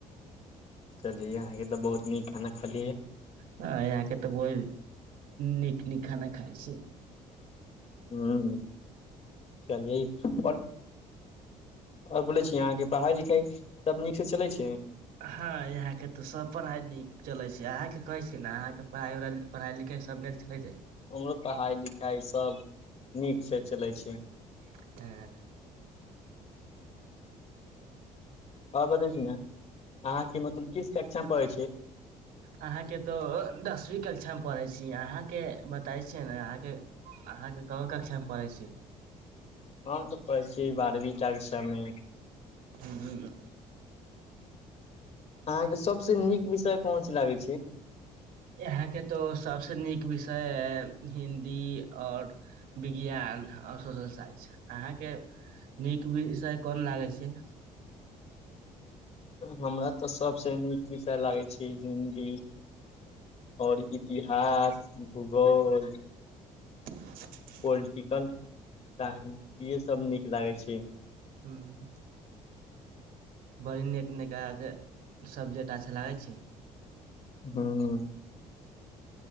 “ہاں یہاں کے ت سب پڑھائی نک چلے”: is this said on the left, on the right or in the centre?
Right